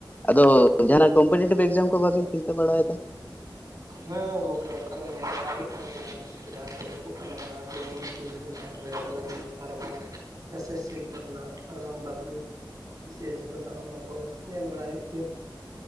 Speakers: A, on the left; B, on the right.
A: ᱟᱫᱚ ᱡᱟᱦᱟᱱᱟᱜ ᱠᱚᱢᱯᱤᱴᱤᱴᱤᱵᱽ ᱮᱠᱡᱟᱢ ᱠᱚ ᱵᱟᱵᱤᱱ ᱪᱤᱱᱛᱟᱹ ᱵᱟᱲᱟᱭ ᱫᱟ
B: ᱦᱮᱸ ᱜᱚᱝᱠᱮ ᱚᱱᱠᱟ ᱫᱚ ᱧᱮᱞ ᱵᱟᱲᱟ ᱦᱩᱭᱩᱜ ᱠᱟᱱ ᱜᱮᱭᱟ ᱡᱟᱦᱟᱸ ᱛᱤᱥᱨᱮ ᱡᱟᱦᱟᱸ ᱠᱚ ᱩᱰᱩᱠᱚᱜ ᱠᱟᱱᱟ <unintelligible> ᱨᱮ ᱞᱟᱹᱭ ᱟᱨ ᱵᱟᱝ ᱮᱥ ᱮᱥ ᱥᱤ ᱠᱚᱨᱮᱱᱟᱜ ᱟᱨ ᱵᱟᱝ ᱰᱟᱵᱞᱩ ᱵᱤᱥᱮᱥ ᱠᱚᱨᱮᱱᱟᱜ ᱚᱱᱟ ᱠᱚ ᱧᱮᱞ ᱵᱟᱲᱟ ᱦᱩᱭᱩᱜ ᱜᱮᱭᱟ